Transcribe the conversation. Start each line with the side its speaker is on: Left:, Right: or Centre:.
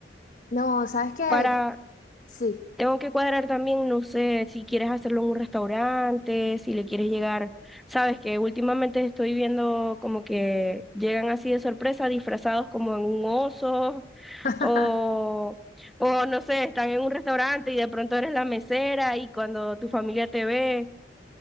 Left: No, ¿sabes qué?
Centre: Para,
Left: Sí.
Centre: tengo que cuadrar también, no sé, si quieres hacerlo en un restaurante, si le quieres llegar, sabes que últimamente estoy viendo como que llegan así de sorpresa, disfrazados como en un oso
Left: <laughs>
Centre: o... O no sé, están en un restaurante y de pronto eres la mesera y cuando tu familia te ve,